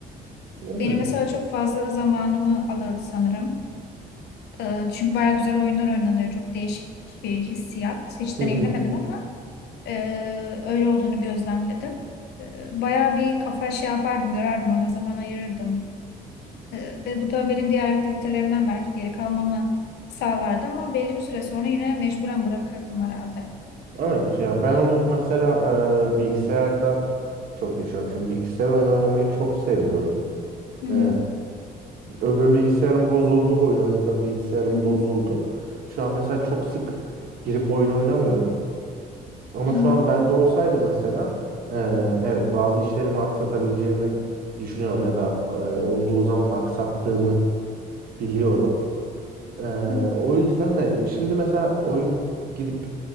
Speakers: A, on the right; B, on the left.
A: Evet.
B: Benim mesela çok fazla zamanımı alırdı sanırım. Ee, çünkü bayağı güzel oyunlar oynanıyor. Çok değişik bir hissiyat. Hiç
A: Hı
B: deneyimlemedim
A: hı.
B: ama Ee, öyle olduğunu gözlemledim. Ee, bayağı bir kafa şey yapardım, yorardım, ona zaman ayırırdım. Ee, ve bu da benim diğer aktivitelerimden belki geri kalmamı sağlardı ama belli bir süre sonra yine mecburen bırakırdım herhalde.
A: Evet ya ben onu mesela e, bilgisayarda çok yaşıyorum. Şimdi bilgisayar oyunu oynamayı çok seviyorum.
B: Hı hı,
A: Ee, öbür bilgisayarım bozuldu. Oyun oynadığım bilgisayarım
B: hı hı,
A: bozuldu. Şu an mesela çok sık girip oyun oynamıyorum. Ama
B: hı hı,
A: şu an bende olsaydı mesela eee, evet bazı işlerimi aksatabileceğimi düşünüyorum ya da eee, olduğu zaman aksattığımı biliyorum. Eee,
B: hı.
A: o yüzden hani şimdi mesela oyun gidip